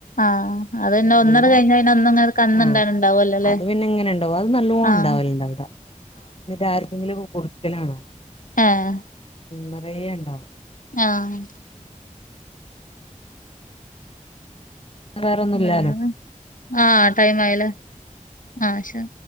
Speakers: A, on the left (about 80°); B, on the left (about 45°).
A: ആഹ് അത് പിന്നെ
B: എല്ലാതെ
A: ഒന്നട് കഴിഞ്ഞാ പിന്നെ ഒന്ന്ങ്ങനെ കന്ന്ണ്ടാണ്ടാവല്ലോല്ലേ
B: ആഹ് അത് പിന്നെ ഇങ്ങനെണ്ടാവും അത് നല്ലോ ണ്ടാവലുണ്ട്
A: ആഹ്
B: അവിടെ എന്നിട്ട് ആർക്കെങ്കിലും കൊടുക്കലാണോ
A: ആഹ്
B: നെറയേണ്ടാവും
A: ആഹ്
B: വേറൊന്നുല്ലാലോ
A: വേറെ ആഹ് ടൈമായില്ലേ ആഹ് ശ